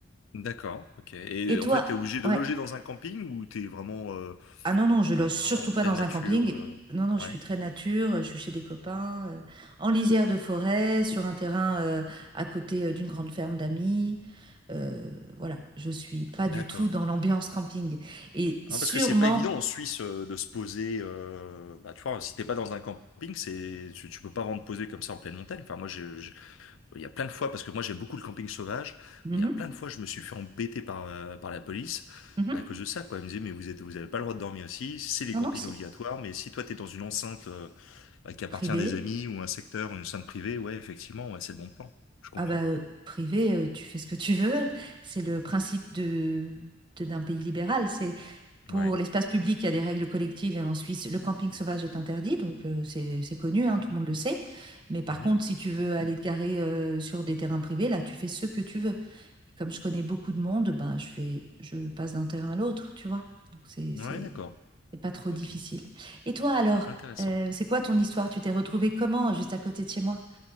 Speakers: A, on the left (about 75°); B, on the right (about 25°).
A: D'accord, ok. Et
B: Et toi?
A: en fait, t'es obligé de
B: ouais.
A: loger dans un camping ou t'es vraiment, euh,
B: Ah non, non, je loge
A: euh, vraiment
B: surtout
A: en pleine
B: pas dans
A: nature,
B: un camping.
A: euh,
B: Non, non,
A: Ouais.
B: je suis très nature, je suis chez des copains, euh, en lisière de forêt, sur un terrain euh, à côté euh, d'une grande ferme d'amis. Euh, voilà, je suis pas
A: D'accord.
B: du tout dans l'ambiance camping. Et sûrement...
A: Hein, parce que c'est pas évident en Suisse euh, de se poser. euh, bah, tu vois, si t'es pas dans un camping, c'est tu, tu peux pas vraiment te poser comme ça en pleine montagne. Enfin, moi, je, je- il y a plein de fois parce que moi j'aime beaucoup le camping sauvage.
B: Mhm,
A: Il y a plein de fois, je me suis fait embêter par euh, par la police
B: mhm.
A: à cause de ça. Quoi, ils me disaient mais vous êtes, vous avez pas le droit de dormir ici. C'est les
B: Non,
A: campings
B: non, c'est
A: obligatoires. Mais si toi t'es dans une enceinte euh, bah, qui appartient
B: privé.
A: à des amis ou un secteur ou une scène privée, ouais, effectivement, ouais, c'est le bon plan. Je comprends.
B: Ah bah, euh, privé, euh, tu fais ce que tu veux. C'est le principe de, de- d'un pays libéral. C'est Pour
A: Ouais.
B: l'espace public, il y a des règles collectives et en Suisse, le camping sauvage est interdit, donc euh, c'est c'est connu, hein, tout le monde le sait. Mais par
A: Mhm.
B: contre, si tu veux aller te garer euh, sur des terrains privés, là, tu fais ce que tu veux. Comme je connais beaucoup de monde, ben, je fais, je passe d'un terrain à l'autre, tu vois. Donc c'est
A: Ouais,
B: c'est-
A: d'accord.
B: c'est pas trop
A: Ok,
B: difficile. Et toi alors,
A: intéressant.
B: euh, c'est quoi ton histoire? Tu t'es retrouvée comment, juste à côté de chez moi?